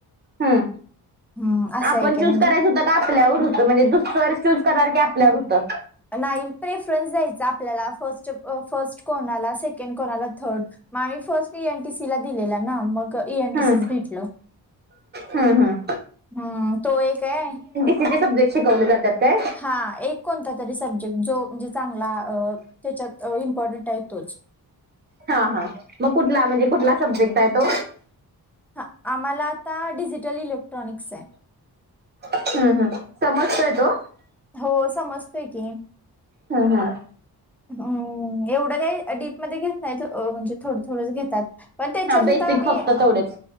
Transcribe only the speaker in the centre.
हम्म असं
एक
आहे म्हणजे
नाही प्रेफरन्स द्यायच. आपल्याला फर्स्ट फर्स्ट कोणाला, सेकंड कोणाला, थर्ड म आम्ही फर्स्ट एनटीसीला दिलेला ना, मग इ एनटीसीस
भेटलं,,
हम्म तो एक हाय
हा, एक कोणता तरी सब्जेक्ट जो म्हणजे चांगला अ त्याच्यात इम्पॉर्टंट आहे तोच.
हं, आम्हाला आता डिजिटल इलेक्ट्रॉनिक्स आहे.
हो समजतोय की.
हम्म, एवढं काही डीपमध्ये घेत नाहीत, म्हणजे थोडं थोडंच घेतात. पण त्याच्या
सुद्धा आमी,,